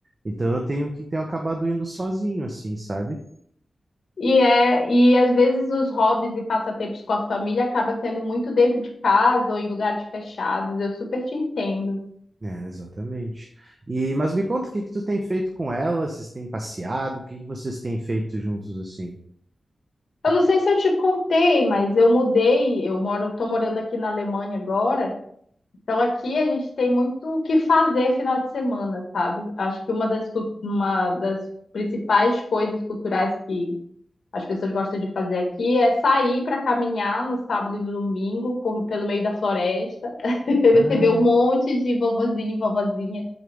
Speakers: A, on the right; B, on the left.
A: Então eu tenho que tenho acabado indo sozinho, assim, sabe?
B: E é, e às vezes os hobbies e passatempos com a família acaba sendo muito dentro de casa ou em lugares fechados. Eu super te entendo.
A: É, exatamente. E mas me conta o que que tu tem feito com ela? Vocês têm passeado? O que que vocês têm feito juntos assim? O que
B: Eu
A: que
B: não sei
A: você-
B: se eu te contei, mas eu mudei, eu moro, tô morando aqui na Alemanha agora. Então aqui a gente tem muito o que fazer final de semana, sabe? Acho que uma das, cu- uma das principais coisas culturais que as pessoas gostam de fazer aqui é sair para caminhar no sábado e no domingo por- pelo meio da floresta. <laughs> Você
A: Ah,
B: vê um monte de vovozinho e vovozinha